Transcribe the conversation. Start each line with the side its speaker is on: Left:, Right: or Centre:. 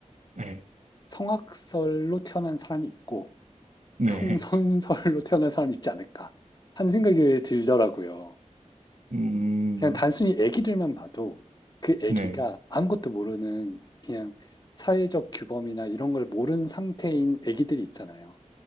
Right: 네.
Left: 성악설로 태어난 사람이 있고
Right: 네.
Left: 성선설로 <laughs> 태어난 사람이 있지 않을까 하는 생각이 들더라고요.
Right: 음,
Left: 그냥 단순히 애기들만 봐도 그 애기가
Right: 네,
Left: 아무것도 모르는 그냥 사회적 규범이나 이런 걸 모르는 상태인 애기들이 있잖아요.